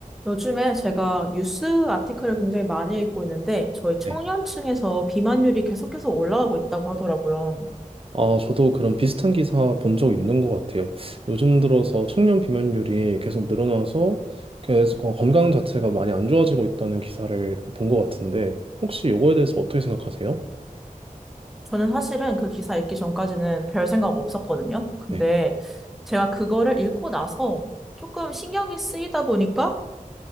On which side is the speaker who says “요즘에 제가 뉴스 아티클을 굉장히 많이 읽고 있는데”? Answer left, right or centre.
Centre